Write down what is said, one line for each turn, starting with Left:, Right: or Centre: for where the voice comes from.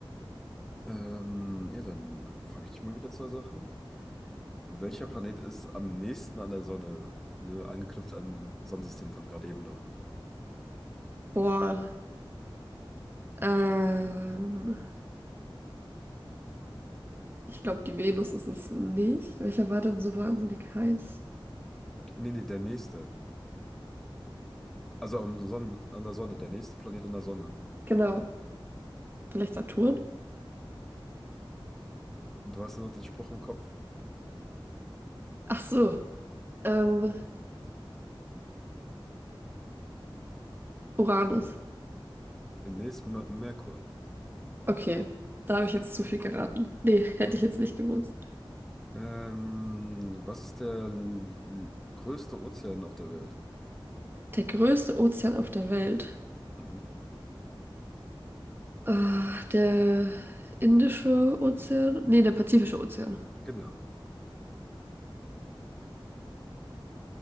Centre: Ähm, ja, dann frage ich dich mal wieder zwei Sachen. Welcher Planet ist am nächsten an der Sonne? Ne, angeknüpft an Sonnensystem von gerade eben noch.
Right: Boah, ähm, ich glaube, die Venus ist es nicht. Welcher war denn so wahnsinnig heiß?
Centre: Nee, nee, der nächste. Also am Sonne an der Sonne, der nächste Planet an der Sonne.
Right: Genau, Vielleicht Saturn?
Centre: Du hast ja noch den Spruch im Kopf.
Right: Ach so, ähm, Uranus.
Centre: Nächst Mer Merkur.
Right: Okay, da habe ich jetzt zu viel geraten. Nee, hätte
Centre: Mhm.
Right: ich jetzt nicht gewusst.
Centre: Ähm, was ist der l- l- größte Ozean auf der Welt?
Right: Der größte Ozean auf der Welt.
Centre: Mhm.
Right: Äh, der Indische Ozean? Nee, der Pazifische Ozean.
Centre: Genau.